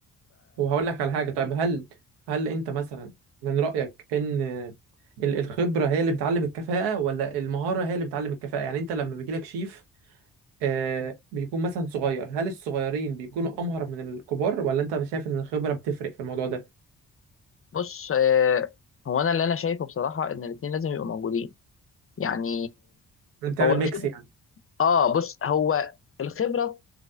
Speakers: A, on the right; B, on the left.
A: وهقول لك على حاجة طيب هل هل أنت مثلا من رأيك إن ال- الخبرة هي اللي بتعلم الكفاءة ولا المهارة هي اللي بتعلم الكفاءة يعني أنت لما بيجيلك شيف آه، بيكون مثلا صغير هل الصغيرين بيكونوا أمهر من الكبار ولا أنت شايف إن الخبرة بتفرق في الموضوع ده؟
B: فبص آه، هو انا اللي انا شايفه بصراحه ان الاثنين لازم يبقوا موجودين يعني
A: أنت بتعمل
B: هو الخبره
A: ميكس يعني
B: اه بص هو الخبره